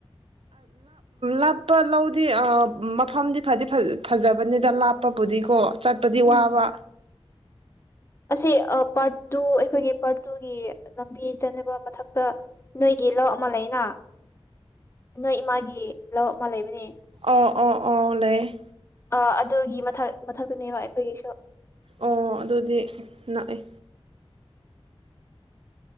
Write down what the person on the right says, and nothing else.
ꯂꯥꯞꯄ ꯂꯧꯗꯤ ꯃꯐꯝꯗꯤ ꯐꯗꯤ ꯐꯖꯕꯅꯤꯗ ꯂꯥꯞꯄꯕꯨꯗꯤꯀꯣ ꯆꯇꯄꯥ ꯗꯤ
ꯋꯥꯕꯥ꯫
ꯑꯉ꯭ꯒ ꯑꯥ ꯑ ꯂꯦꯏꯌꯦ꯫
ꯑꯣ ꯑꯗꯨꯗꯤ ꯅꯛꯑꯦ